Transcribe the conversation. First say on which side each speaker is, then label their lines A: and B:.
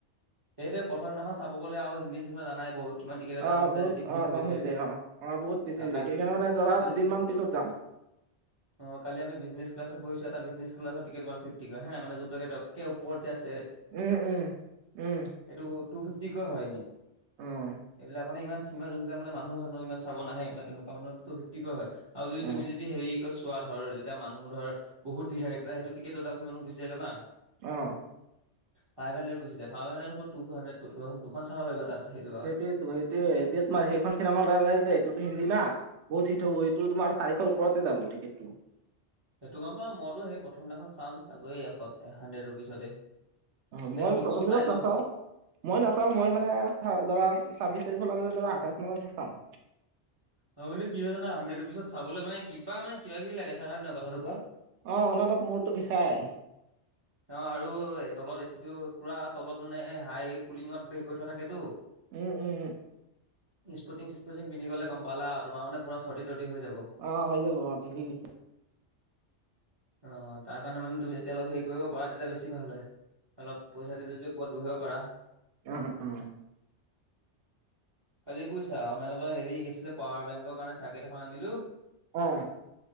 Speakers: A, on the right; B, on the right.
A: সেইটোৱে প্ৰথম দিনাখন চাব গ'লে আৰু হিন্দী চিনেমা জানাই বহুত। কিমান টিকেটৰ
B: অ',
A: দাম হৈ যায়
B: বহুত
A: যেতিয়া ভিৰটো
B: অ', দাম
A: বেছি
B: হৈ যায় অ', অ', বহুত বেছি
A: অ'
B: হৈ যায়।
A: কালি
B: সেইকাৰণে মানে ধৰা
A: কালি
B: দুদিনমান পিছত যাম। <inaudible>
A: অ', কালি আমি বিজনেছ ক্লাচত বহিছোঁ। এটা বিজনেছ ক্লাচত টিকেত ৱান ফিফটি কৈ হে, মানে যোনটো একে একে ওপৰত যে আছে।
B: উম, উম, উম।
A: এইটো টু ফিফটিকৈ হয় এনে।
B: উম, অ',
A: এইবিলাক মানে ইমান চিনেমা যোনবিলাক মানে মানুহ-চানুহ ইমান চাব নাহে, মানে তেনেকুৱা মানুহ টু ফিফটিকৈ হয়। আৰু যদি
B: অ',
A: তুমি যদি হেৰি কৈ চোৱা ধৰ, যেতিয়া মানুহ ধৰ বহুত ভিৰ থাকে তেতিয়া সেইটো টিকেতৰ দাম কিমান গুছি যায় জানা?
B: অ'।
A: ফাইভ হান্ডেড গুছি যায়। ফাইভ হান্ডেড কত টু হান্ডেড ক'ত কোৱাচোন। দুখন চাব পাৰিবা তাত সেইটো <unintelligible>
B: <unintelligible> সেইটোৱে। এতিয়া তোমাৰ সেইখন চিনেমা ওলালে যে এইটোতো হিন্দী না। বহুত হিত হব সেইটো তোমাৰ চাৰিশৰ ওপৰতে যাব টিকেট টো।
A: সেইটো গম পাওঁ মইতো সেই প্ৰথম দিনাখন চাম চাগৈয়ে এ হান্ডেড ৰুপিচতে।
B: অঁ
A: নে
B: মই
A: কি
B: প্ৰথম
A: কওঁ চাই
B: দিনত
A: লওঁ
B: নাচাওঁ। মই নাচাওঁ মই মানে ধৰা চাব্বিশ তাৰিখ ধৰা আঠাইশ মানতহে চাম।
A: অঁ বুলো কি হয় জানা হান্ডেড ৰুপিছ চাবলৈ মানে কিবা মানে কিবি কিবি লাগে চাই হয় নহয় কথাটো কোৱা?
B: অঁ অলপ অলপ মূৰটো বিষায়।
A: অঁ আৰু তলত এচি টো পুৰা তলত মানে হাই কুলিঙত হেৰি কৰি থোৱা থাকেতো।
B: উম উম উম।
A: স্পুটিং চিস্পুটিং পিধি গ'লে গম পালা আৰু তোমাৰ মানে পুৰা চৰ্দি তৰ্দি হৈ যাব।
B: অঁ হৈ যাব অঁ পিন্ধিবি।
A: অঁ তাৰ কাৰণে মানে তুমি যেতিয়া অলপ হেৰি কৰিব পাৰা তেতিয়া বেছি ভাল হয়। অলপ পইচা দি যদি ক'ত বহিব পাৰা।
B: উম উম।
A: কালি বুইছা অনলাইনৰ পৰা হেৰি কি আছিলে পাৱাৰ বেংকৰ কাৰণে চাৰ্কেট এখন আনিলো।
B: অঁ।